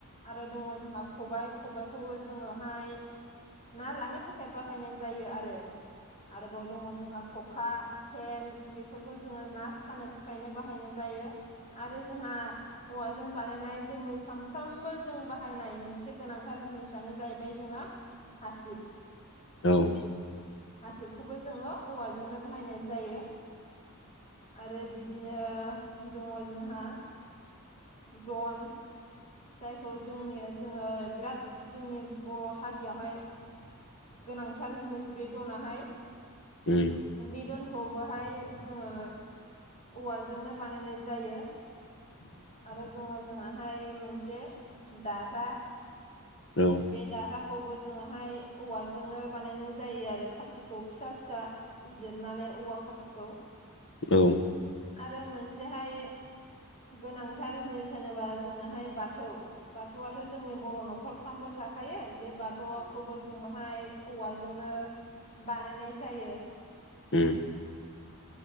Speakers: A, on the left; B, on the left.
A: आरो दङ जोंहा खबाय खबायखौबो जोङोहाय ना लानो थाखाय बाहायनाय जायो आरो आरोबाव दङ जोंहा ख'खा सेन बेफोरखौ जोङो ना सानो थाखायनो बाहायनाय जायो। आरो जोंहा औवाजों बा बानायनाय जोंनि सानफ्रामबो जों बाहायनाय मोनसे गोनांथार जिनिसनो जाहैबाय जोंहा हासिब
B: औ
A: हासिबखौबो जोङो औवाजोंनो बाहायनाय जायो। आरो बिदिनो दङ जोंहा, दन जायखौ जोंनि जोङो बिराद जोंनि बर' हारियावहाय, गोनांथार जिनिस बे दनाहाय,
B: उम
A: बे दनखौबोहाय जोङो औवाजोंनो बानायनाय जायो। आरो दङ जोंहाहाय मोनसे दारहा
B: औ
A: बे दारहाखौबो जोङोहाय औवाजोंनो बानायनाय जायो आरो खाथिखौ फिसा फिसा जिरनानै औवा खाथिखौ
B: औ
A: आरो मोनसेहाय गोनांथार जिनिस होनोबा जोंहोहाय बाथौ, बाथौ आथ' जोंनि बर' न'खरफ्रामबो थाखायो बे बाथौखौबो, जोङोहाय औवाजोंनो बानायनाय जायो।
B: उम